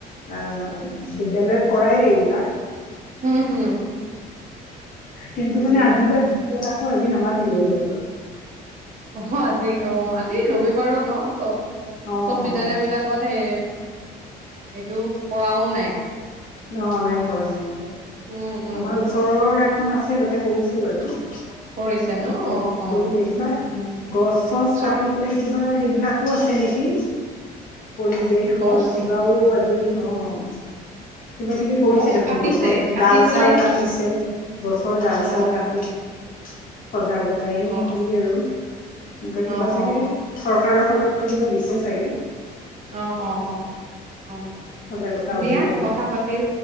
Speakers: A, on the left (about 55°); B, on the right (about 50°).
A: আহ বিদ্যালয়ত কৰায় এইবিলাক।
B: উম হম
A: কিন্তু
B: উম
A: মানে আজি বা আ ক দি নমাটিলে এই হ
B: অ আজি অ আজি ৰবিবাৰো ন চ
A: অ',
B: চব
A: অ'।
B: বিদ্যালয় বিলাকত হে এইটো কৰাও নাই
A: ন নাই কৰা নাই
B: উম উম
A: আমাৰ ওচৰৰ এখ খন আছে তাতে কৰিছে বাৰু। তাতে
B: কৰিছে ন অ অ
A: কৰিলে কিবা
B: উম
A: গছ চছ
B: চৰ
A: কাটি পেলাই বা সেইবিলাকো আছে নেকি! পৰিৱেশৰ
B: গছ
A: কিবাও আজি অ'। <inaudible> কিবা কিবি কৰিছে
B: গছ
A: দেখোন
B: কাটিছে
A: গছৰ
B: কাটি
A: ডাল
B: পেলাই
A: চাল কাটিছে গছৰ ডাল
B: অ
A: চাল কাটি
B: অ
A: সজাগতাই নে
B: অ
A: কি আৰু, এনেকুৱা কিবা
B: অ
A: চাগে
B: অ অ
A: চৰকাৰৰ ফালৰ <unintelligible> কিবা দিছে ছাগে?
B: অ' অ' অ', অ'।
A: সজাগতা
B: দিয়া
A: অভিযান
B: কথা পাতিল